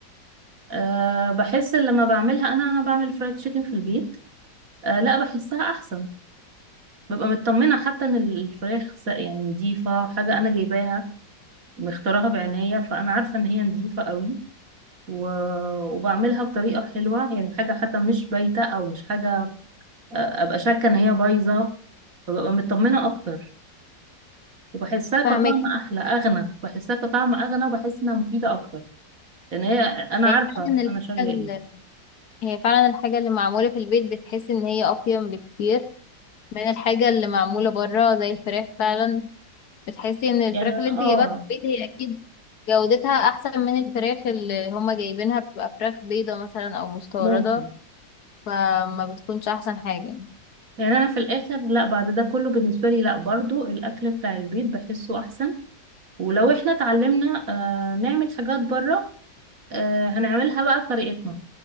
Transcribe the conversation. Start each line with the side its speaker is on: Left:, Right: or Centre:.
Right: آه بحس إن لما بعملها انا انا بعمل فرايد تشيكن في البيت آه لا بحسها احسن ببقى مطمنه حتى ان ال- الفراخ س- يعني نضيفه حاجه انا جايباها مختارها بعناية فأنا عارفة إن هي نضيفة قوي و- وبعملها بطريقة حلوة يعني حاجة حتى مش بايتة أو مش حاجة آه، أبقى شاكة إن هي بايظة فببقى مطمنة أكتر وبحسها كطعم
Left: فاهمك
Right: أحلى أغنى بحسها كطعم أغنى وبحس إنها مفيدة أكتر لأن هي أنا
Left: هي
Right: عارفة
Left: فعلا الحاجة
Right: أنا شارية إيه
Left: ال- هي فعلا الحاجة اللي معمولة في البيت بتحسي إن هي أقيم بكتير من الحاجة اللي معمولة بره زي الفراخ فعلا بتحسي إن الفراخ
Right: يعني أنا-
Left: اللي انتي
Right: آه
Left: جايباها في البيت هي أكيد جودتها أحسن من الفراخ اللي هما جايبينها بتبقى فراخ بيضة مثلا أو مستوردة
Right: ممكن
Left: فما بتكونش أحسن حاجة
Right: يعني أنا في الآخر لا بعد ده كله بالنسبة لي لا برضو الأكل بتاع البيت بحسه أحسن ولو إحنا اتعلمنا آه نعمل حاجات بره آه هنعملها بقى بطريقتنا